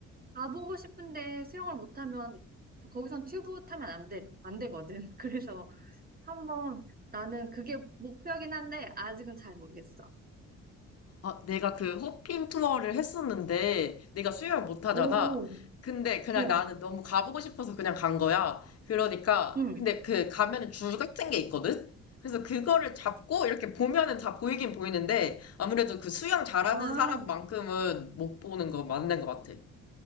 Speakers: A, on the right; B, on the left.
A: 가보고 싶은데 수영을 못하면 저- 거기선 튜브 타면 안 돼, 안 되거든. <laughs> 그래서 한번 나는 그게 목표긴 한데 아직은 잘 모르겠어.
B: 아, 내가 그 호핑 투어를 했었는데, 내가 수영을 못 하잖아.
A: 오,
B: 근데 그냥
A: 어,
B: 나는 너무 가보고 싶어서 그냥 간 거야. 그러니까,
A: 응.
B: 근데 그 가면은 줄 같은 게 있거든? 그래서 그거를 잡고 이렇게 보면은 다 보이긴 보이는데, 아무래도 그 수영 잘하는
A: 아,
B: 사람만큼은 못 보는 거 맞는 것 같아.